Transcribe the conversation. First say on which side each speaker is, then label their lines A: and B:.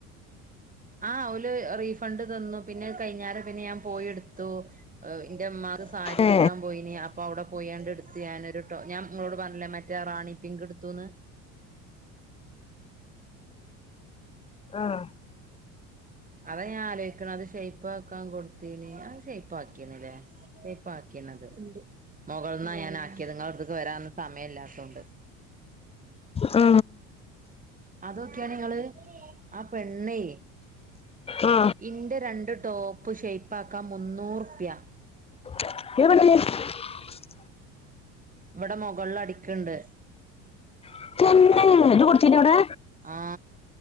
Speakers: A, on the right (about 20°); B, on the left (about 15°).
A: ആഹ് ഒരുല് റീഫണ്ട് തന്നു പിന്നെ കൈിഞ്ഞേരം പിന്നെ ഞാൻ പോയി എടുത്തു എന്റെ അ്മാക്ക് സാരി എടുക്കാൻ
B: ഏ
A: പോയിന് അപ്പ അവിടെ പോണ്ട് എടുത്ത് ഞാനൊരു കേട്ടോ ഞാൻ നിോട് പറഞ്ഞില്ലേ മറ്റേറാണി പിങ്ക്ടുുന്ന്
B: ആഹ
A: അത ഞാൻ ആലോചിക്കണം അത് പ്പാക്കാൻ കൊടുത്തീന ആ േപ്പാക്കിയണല്ലേ ഷേപ്പാക്കീണത് മുകളൾന്നാ ഞാൻ ആക്കിയ നിങ്ങള അടുത്തക്ക് വരന്ന സമയം ഇല്ലാത്തോണ്ട്
B: ഉ
A: അതൊക്കെയാ നിങ്ങള് ആ പെണ്ണേ
B: ആ
A: ഇന്റെ രണ്ട് ടോപ്പ് ഷറ്റ് പാക്ക മുന്നൂറ്പ്യ
B: <unintelligible>
A: ഇവടെ മൊകൾല് അടിക്കണ്ട്.
B: <unintelligible> ഇത് കൊടുത്തീല്ലവടെ?
A: ആ